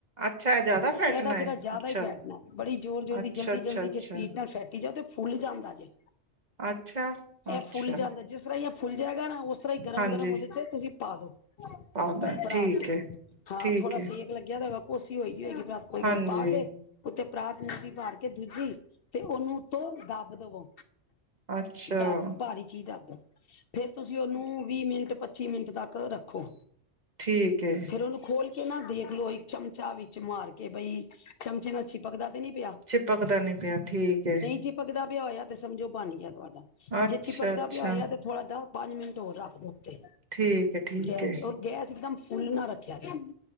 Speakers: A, on the right (about 40°); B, on the left (about 65°).
A: ਅੱਛਾ ਇਹ ਜ਼ਿਆਦਾ ਫੈਟਣਾ
B: ਇਹਦਾ ਜਿਹੜਾ
A: ਏ
B: ਜ਼ਿਆਦਾ
A: ਅੱਛਾ
B: ਹੀ ਫੇਂਟਨਾ, ਬੜੀ ਜ਼ੋਰ ਜ਼ੋਰ
A: ਅੱਛਾ-ਅੱਛਾ-ਅੱਛਾ
B: ਦੀ ਜਲਦੀ-ਜਲਦੀ 'ਚ ਸਪੀਡ ਨਾਲ ਫੈਂਟ ਕਿ ਜਦ ਏ ਫੁੱਲ ਜਾਂਦਾ ਜੇ,
A: ਅੱਛਾ-ਅੱਛਾ
B: ਇਹ ਫੁੱਲ ਜਾਂਦਾ, ਜਿਸ ਤਰ੍ਹਾਂ ਹੀ ਫੁੱਲ ਜਾਏਗਾ ਨਾ ਉਸ ਇਸ ਤਰ੍ਹਾਂ ਹੀ ਗਰਮ
A: ਹਾਂਜੀ
B: ਗਰਮ ਉਹਦੇ 'ਚ ਤੁਸੀਂ ਪਾਦੋ ਪਰਾਤ
A: ਆਦਾ ਠੀਕ ਏ
B: ਹਾਂ
A: ਠੀਕ
B: ਥੋੜਾ
A: ਏ
B: ਸੇਕ- ਲੱਗਿਆ ਹੋਗਾ ਕੋਸੀ ਹੋਈ ਦੀ ਹੋਏਗੀ ਬ ਕੋਈ ਕਹੂੰ
A: ਹਾਂਜੀ
B: ਪਾ ਕੇ ਉੱਤੇ ਪ੍ਰਰਾਤ ਨਤੀ ਮਾਰ ਕੇ ਦੂਜੀ ਤੇ ਉਹਨੂੰ ਉਤੋਂ ਦੱਬ ਦਵੋ,
A: ਅੱਛਾ-ਅੱਛਾ-ਅੱਛਾ
B: ਦੱਬ- ਸਾਰੀ ਚੀਜ਼ ਰੱਖਦ, ਫੇਰ ਤੁਸੀਂ ਉਹਨੂੰ ਵੀਹ ਮਿੰਟ- ਪੱਚੀ ਮਿੰਟ ਤੱਕ ਰੱਖੋ।
A: ਠੀਕ ਏ ਜੀ।
B: ਫੇਰ ਉਹਨੂੰ ਖੋਲ ਕੇ ਨਾ ਦੇਖਲਓ, ਇੱਕ ਚਮਚਾ ਵਿੱਚ ਮਾਰ ਕੇ ਬਈ ਚਮਚੇ ਨਾਲ ਚਿਪਕਦਾ ਤੇ ਨੀ ਪਿਆ ਹੈਗਾ।
A: ਚਿਪਕਦਾ ਨੀ ਪਿਆ, ਠੀਕ ਹੈ।
B: ਚਿਪਕਦਾ ਵੀ ਹੋਇਆ ਤੇ ਸਮਝੋ ਬਣ ਗਿਆ ਤੁਹਾਡਾ,
A: ਅੱਛਾ
B: ਜੇ ਚਿਪਕਦਾ
A: ਅੱਛਾ
B: ਪਿਆ ਹੋਇਆ। ਥੋੜ੍ਹਾ ਜ ਪੰਜ ਮਿੰਟ ਹੋਰ ਰੱਖ ਦੋ ਉੱਤੇ
A: ਠੀਕ ਏ ਠੀਕ
B: ਗੈਸ
A: ਏ
B: ਔਰ ਗੈਸ ਇਕਦਮ- ਫੁੱਲ ਨਾ ਰੱਖਿਆ ਜੇ